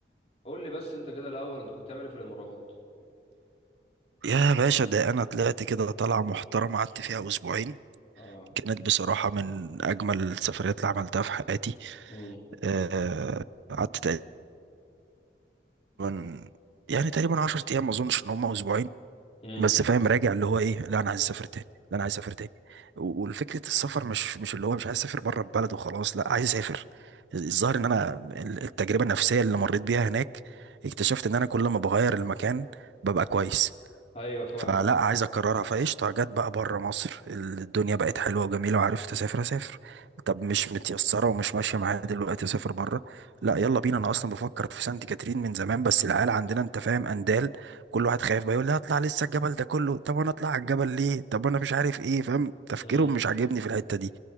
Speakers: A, on the left; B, on the right.
A: قول لي بس انت كده الاول انت كنت بتعمل ايه في الامارات
B: يا باشا ده انا طلعت كده طلعة محترمة قعدت فيها اسبوعين
A: اه
B: كانت بصراحة من اجمل السفريات اللي عملتها في حياتي
A: امم
B: آه، قعدت تقريباً- يعني تقريبا 10 ايام ما اظنش ان هم اسبوعين
A: امم
B: بس فاهم راجع اللي هو ايه لا انا عايز اسافر تاني لا انا عايز اسافر تاني و- والفكره السفر مش مش اللي هو مش عايز اسافر بره البلد وخلاص لا عايز اسافر الظاهر ان انا ال- التجربه النفسيه اللي مريت بيها هناك اكتشفت ان انا كل ما بغير المكان ببقى كويس
A: ايوه فاهمك
B: فلا عايز اكررها فقشطه جت بقى بره مصر الدنيا بقت حلوه وجميله وعرفت اسافر اسافر طب مش متيسره ومش ماشيه معايا دلوقتي اسافر بره لا يلا بينا انا اصلا بفكر في سانت كاترين من زمان بس العيال عندنا انت فاهم اندال كل واحد خايف بقى يقول لي هطلع لسه الجبل ده كله طب انا اطلع على الجبل ليه طب انا مش عارف ايه فاهم تفكيرهم
A: امم
B: مش عاجبني في الحته دي